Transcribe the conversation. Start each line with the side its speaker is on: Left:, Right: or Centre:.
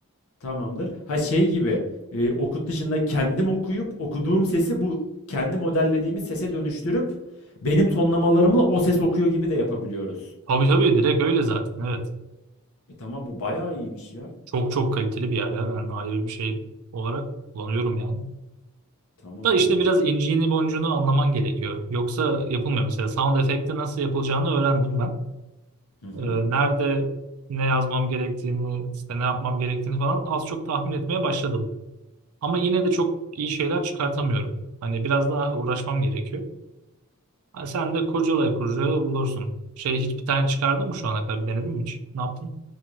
Left: Tamamdır. Ha şey gibi e, okut dışında kendim okuyup okuduğum sesi bu kendi modellediğimiz sese dönüştürüp benim tonlamalarımla o ses okuyor gibi de yapabiliyoruz.
Right: Tabii tabii direkt öyle zaten evet.
Left: E tamam bu bayağı iyiymiş ya.
Right: Çok çok kaliteli bir yer ya ben ayrı bir şey olarak kullanıyorum yani.
Left: Tamam
Right: Da işte
Left: bu.
Right: biraz inciğini boncuğunu anlaman gerekiyor. Yoksa yapılmıyor mesela sound efekti nasıl yapılacağını öğrendim ben.
Left: Hı hı.
Right: Ee, nerede ne yazmam gerektiğini işte ne yapmam gerektiğini falan az çok tahmin etmeye başladım. Ama yine de çok iyi şeyler çıkartamıyorum. Hani biraz daha uğraşmam gerekiyor. Hani sen de kurcalaya kurcalaya bulursun. Şey hiç bir tane çıkardın mı şu ana kadar? Bir denedin mi hiç? Ne yaptın?